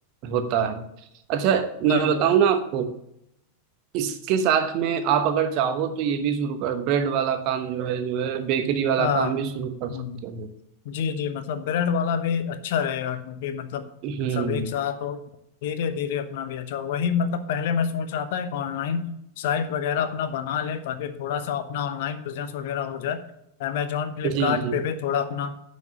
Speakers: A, on the right; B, on the left.
A: होता है अच्छा
B: जी
A: मैं बताऊं ना आपको इसके साथ में आप अगर चाहो तो ये भी शुरू कर ब्रेड वाला काम जो है जो है बेकरी वाला
B: हाँ
A: काम भी शुरू कर
B: हम्म,
A: सकते हो
B: जी जी मतलब ब्रेड वाला भी अच्छा रहेगा क्योंकि मतलब
A: हम्म
B: सब एक साथ हो धीरे धीरे अपना भी अच्छा हो वही मतलब पहले मैं सोच रहा था एक ऑनलाइन साइट वगैरह अपना बना ले ताकि थोड़ा सा अपना ऑनलाइन बिजनेस वगैरह हो जाए अमेजोन फ्लिपकार्ट
A: जी जी
B: पे भी थोड़ा अपना